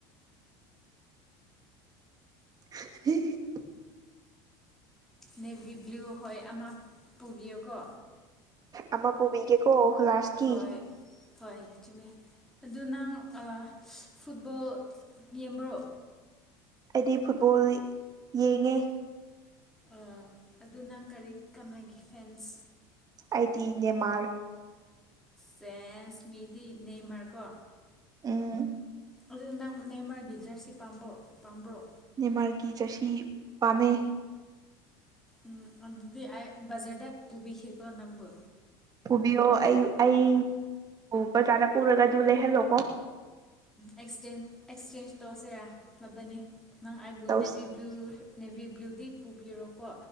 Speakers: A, on the right; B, in the centre.
A: <unintelligible>
B: ꯅꯦꯚꯤ ꯕ꯭ꯂꯨ ꯍꯣꯏ ꯑꯃ ꯄꯨꯕꯤꯌꯨꯀꯣ
A: ꯑꯃ ꯄꯨꯕꯤꯒꯦꯀꯣ ꯍꯨꯂꯥꯁꯀꯤ
B: ꯍꯣꯏ ꯍꯣꯏ ꯆꯨꯃꯦ ꯑꯗꯨ ꯅꯪ ꯑ ꯐꯨꯠꯕꯣꯜ ꯌꯦꯡꯕ꯭ꯔꯣ
A: ꯑꯩꯗꯤ ꯐꯨꯠꯕꯣꯜ ꯌꯦꯡꯉꯦ
B: ꯑ ꯑꯗꯨ ꯅꯪ ꯀꯔꯤ ꯀꯅꯥꯒꯤ ꯐꯦꯟꯁ
A: ꯑꯩꯗꯤ ꯅꯦꯃꯥꯔ
B: ꯆꯦꯟꯁꯃꯤꯗꯤ ꯅꯦꯃꯔꯀꯣ
A: ꯎꯝ
B: ꯑꯗꯨꯗ ꯅꯪ ꯅꯦꯝꯃꯔꯒꯤ ꯖꯔꯁꯤ ꯄꯥꯝꯕꯣ ꯄꯥꯝꯕ꯭ꯔꯣ
A: ꯅꯦꯃꯔꯀꯤ ꯖꯔꯁꯤ ꯄꯥꯃꯦ
B: ꯎꯝ ꯑꯗꯨꯗꯤ ꯑꯩ ꯕꯖꯔꯗ ꯄꯨꯕꯤꯈꯤꯀꯣ ꯅꯪꯕꯨ
A: ꯄꯨꯕꯤꯌꯣ ꯑꯩ ꯑꯩ ꯕꯖꯥꯔꯅ ꯄꯨꯔꯒ ꯑꯗꯨ ꯂꯩꯍꯜꯂꯣꯀꯣ
B: ꯑꯦꯛꯁꯦꯟ ꯑꯦꯛꯁꯆꯦꯟꯖ ꯇꯧꯔꯁꯤꯔꯥ ꯂꯕꯅꯤ ꯅꯪ ꯑꯩꯕꯨ
A: ꯇꯧꯁꯤ
B: ꯅꯦꯚꯤ ꯕ꯭ꯂꯨ ꯅꯦꯕꯤ ꯕ꯭ꯂꯨꯗꯤ ꯄꯨꯕꯤꯔꯣ ꯀꯣ